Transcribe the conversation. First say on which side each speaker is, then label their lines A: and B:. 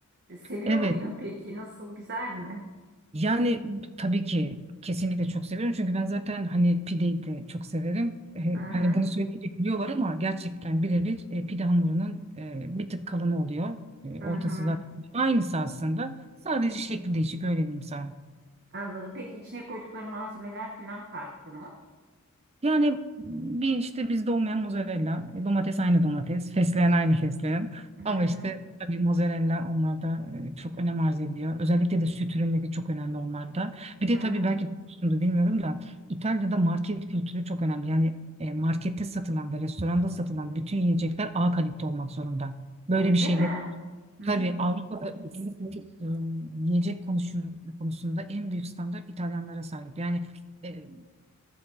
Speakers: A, on the right; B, on the right.
A: Seviyor
B: evet.
A: muydun peki? Nasıl? Güzel mi?
B: Yani tabii ki kesinlikle çok severim. Çünkü ben zaten hani pideyi de çok severim. E,
A: Hı hı.
B: hani bunu söyleyince biliyorlar ama gerçekten birebir e, pide hamurunun e, bir tık kalını oluyor. E, ortası
A: Hı hı.
B: zaten aynısı aslında. Sadece şekli değişik öyle diyeyim sana.
A: Anladım. Peki içine koydukları malzemeler falan farklı mı?
B: Yani bir işte bizde olmayan mozzarella, e, domates aynı domates, fesleğen aynı fesleğen.
A: Hı
B: Ama
A: hı.
B: işte tabii mozzarella onlarda e, çok önem arz ediyor. Özellikle de süt ürünleri çok önemli onlarda. Bir de
A: Hı hı.
B: tabii belki duymuşsundur bilmiyorum da İtalya'da market kültürü çok önemli. Yani e, markette satılan ve restoranda satılan bütün yiyecekler A kalite olmak zorunda. Böyle
A: Öyle
B: bir şeyler
A: mi? Hı.
B: tabii Avrupa'da özellikle, e, yiyecek konuşun, konusunda en büyük standart İtalyanlara sahip. Yani e,